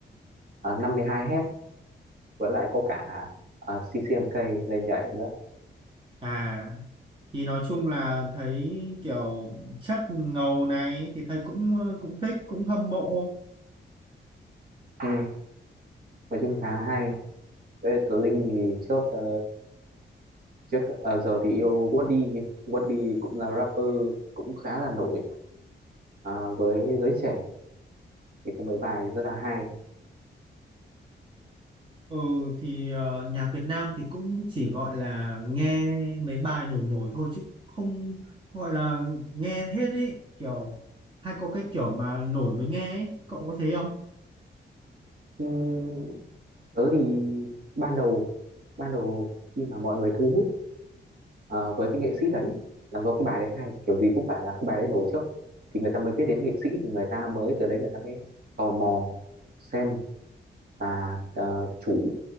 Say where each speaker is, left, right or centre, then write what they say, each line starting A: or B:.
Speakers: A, on the right; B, on the right.
A: uh, 52 hết với lại có cả ờ, CCMK lên nhảy nữa
B: À thì nói chung là thấy kiểu chất ngầu này thì thấy cũng ờ, cũng thích cũng hâm mộ.
A: ừ, nói chung khá hay Với lại tớ Linh thì trước ờ, trước ờ, giờ thì yêu Woody Woody cũng là rapper cũng khá là nổi ờ, với giới trẻ thì có mấy bài rất là hay
B: Ừ thì ờ, nhạc Việt Nam thì cũng chỉ gọi là nghe mấy bài nổi nổi thôi chứ không gọi là nghe hết ý kiểu hay có cái kiểu mà nổi mới nghe ấy. Cậu có thấy không?
A: ừ, tớ thì ban đầu ban đầu khi mà mọi người thu hút ờ, với cái nghệ sĩ đấy là do cái bài đấy hay kiểu gì cũng phải là cái bài đấy nổi trước thì người ta mới biết đến nghệ sĩ thì người ta mới từ đấy người ta mới tò mò xem và ờ, chủ